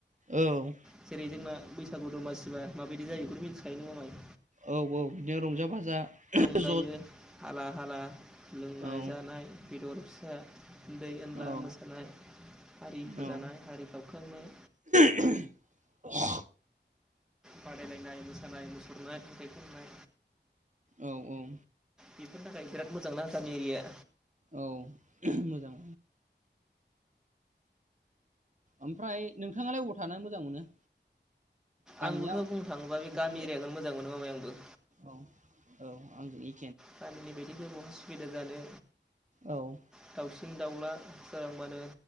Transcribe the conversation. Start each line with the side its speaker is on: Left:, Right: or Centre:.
Right: औ
Centre: जेरै जोंना बैसागु दमासिबा माबायदि जायो बेखौनो मिथिखायो नङा नों मामाय
Right: औ औ बिदिनो रंजा बाजा आह
Centre: जायो हाला हाला लोंनाय
Right: औ
Centre: जानाय बेदर फिसा उन्दै उनला
Right: औ
Centre: मोसानाय हारि फोजानाय
Right: औ
Centre: हारि गावख्रांनाय
Right: <unintelligible>
Centre: बादायलायनाय मोसानाय मुसुरनाय मेथाइ खननाय
Right: औ औ
Centre: बेफोरनि थाखाय बिराद मोजां नङा गामि एरिया
Right: औ मोजां ओमफ्राय नोंथाङालाय बबाव थानानै मोजां मोनो गामियाव
Centre: आंबोथ' बुंनो थाङोबा बे
Right: ना
Centre: गामि
Right: सोहोराव
Centre: एरियाखौनो मोजां मोनो मामाय आंबो
Right: औ औ आंनि
Centre: गामिनि बायदिबे बहा सुबिदा जानो
Right: औ
Centre: दाउसिन दाउला सोरांबानो